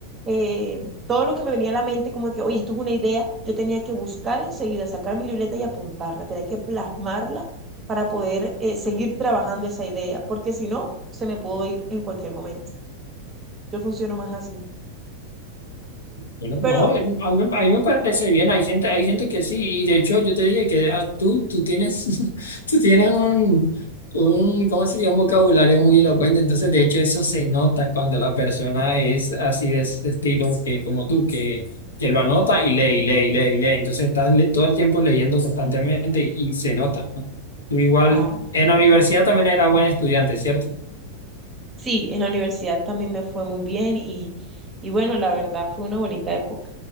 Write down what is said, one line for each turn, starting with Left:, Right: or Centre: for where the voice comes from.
Right: eh, todo lo que me venía a la mente, como que, oye, esto es una idea, yo tenía que buscar enseguida, sacar mi libreta y apuntarla, tenía que plasmarla para poder eh, seguir trabajando esa idea, porque si no, se me pudo ir en cualquier momento. Yo funciono más así.
Left: Bueno, no,
Right: Pero,
Left: em, a mí, a mí me parece bien, hay gente, hay gente que sí, y de hecho yo te dije que ah, tú, tú tienes, <laughs> tú tienes un, un, ¿cómo se dice? Un vocabulario muy elocuente, entonces de hecho eso se nota cuando la persona es así de ese estilo que, como tú, que, que lo anota y lee, y lee, y lee, y lee, entonces estás le- todo el tiempo leyendo constantemente y, y se nota, ¿no? Tú igual,
Right: ay,
Left: en la universidad también era buen estudiante, ¿cierto?
Right: Sí, en la universidad también me fue muy bien y, y bueno, la verdad fue una bonita época.